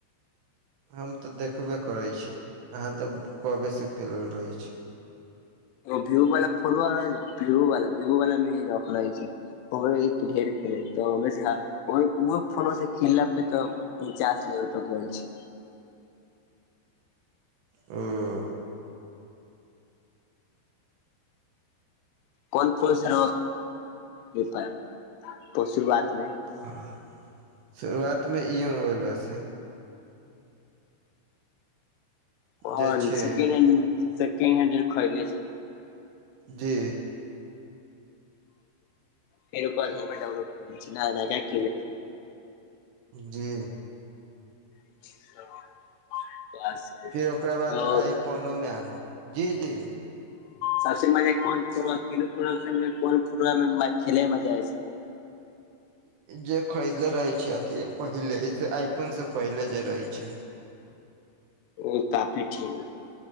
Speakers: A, on the right; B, on the left.
A: हम तऽ देखबे करै छी अहाँ तऽ कबेसँ खेलल रहै छी
B: ओ व्यू वाला फोनव व्यू वाला भ्यू वाला मेी रखना हइ छै, ओ एक ढेर खेले तऽ ओ फोनो से खेलला पे तऽ ह चास लेवल पर गोल छी
A: आ
B: कोन फोन से रे छै पशुरआातमे
A: आ <inaudible> शुरुआत मे ई मोबाइल लऽ से
B: को
A: जे छै
B: सेड हैड सेड हैड खरीले छै।
A: जी
B: फेर कलमे डाउनलोड कर दऽ नहि नहि
A: जी।
B: <inaudible> तऽ
A: फिर ओकरा बाद आइ फोन ओमे जी जी।
B: सभसे मजा कोन फुटबल तीनू फटल कोन फुटबलमे खेले मे मजा आई छै।
A: जे खरीदले रहे छी अथी पहिले आई फोन से पहिले जे रहे छै
B: ओ ती ठीक